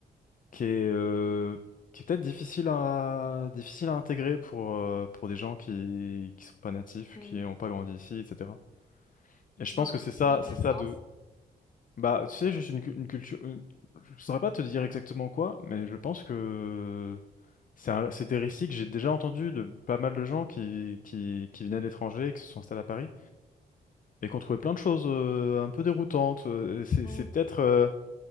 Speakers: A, on the left; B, on the left.
A: qui est, euh, qui est peut-être difficile à, difficile à intégrer pour, euh, pour des gens qui, qui sont pas natifs,
B: Hmm.
A: qui n'ont pas grandi ici, etc. Et je
B: Dans,
A: pense
B: que-
A: que c'est ça,
B: dans quel
A: c'est ça
B: sens?
A: Bah, tu sais, juste une, cu- une culture. une- Je saurais pas te dire exactement quoi, mais je pense que c'est un- c'est des récits que j'ai déjà entendus de pas mal de gens qui, qui, qui venaient de l'étranger, et qui se sont installés à Paris, et qui ont trouvé plein de choses euh, un peu déroutantes. euh, et C'est
B: Mm,
A: c'est peut-être. euh,